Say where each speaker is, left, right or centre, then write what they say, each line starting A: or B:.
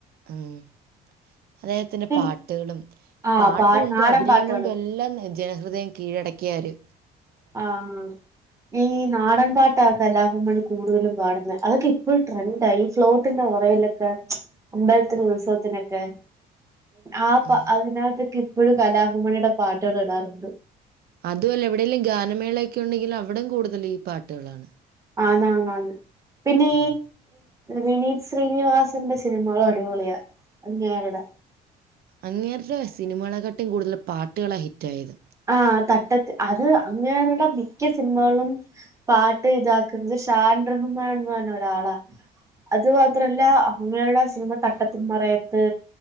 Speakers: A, on the right; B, on the right.
A: ഉം അദ്ദേഹത്തിന്റെ
B: പിൻ
A: പാട്ട്കളും
B: ആഹ്
A: പാട്ട്ണ്ടും
B: പാ നാടൻ
A: അഭിനയം
B: പാട്ടുകള്
A: കൊണ്ടും എല്ലാം ജനഹൃദയം കീഴടക്കിയാരു
B: ആഹ് ഈ നാടൻ പാട്ട കലാഭവൻ മണി കൂടുതലും പാടുന്നെ അതൊക്കെ ഇപ്പോഴും ട്രെൻഡായി ഈ ഫ്ലോട്ടിന്റെ ഒറൽ <unintelligible> അമ്പത്തിലെ ഉണ്ടവസത്തിനൊക്കെ ആ
A: ഉം.
B: അതിനകത്ത് ഇപ്പോഴും കലാഭവമണിയുടെ പാട്ടുകൾ ഇടാറുണ്ട്
A: അതോല്ല എവിടെങ്കലും ഗാനമേളക്കെ ഉണ്ടെങ്കിൽ അവിടം കൂടുതൽ ഈ പാട്ടുകളാണ്
B: ആണ് ആണ് ആണ്പിന്നെ
A: ഉം
B: വിനീത് ശ്രീനിവാസന്റെ സിനിമകള് അടിപൊളിയ നാരുട
A: അങ്ങേരുടെ സിനിമകളെക്കാട്ടും കൂടുതലും പാട്ടുകളാണ് ഹിറ്റായത്
B: ആ തട്ട അത് അങ്ങേരുടെ മിക്ക സിനിമകളും പാട്ട് ഇതാക്കുന്നത് ഷാൻ റഹ്മാൻ പറഞ്ഞ ഒരാളാ അത് മാത്രല്ല അങ്ങേരുടെ സിനിമ തട്ടത്തിന്മറയത്ത്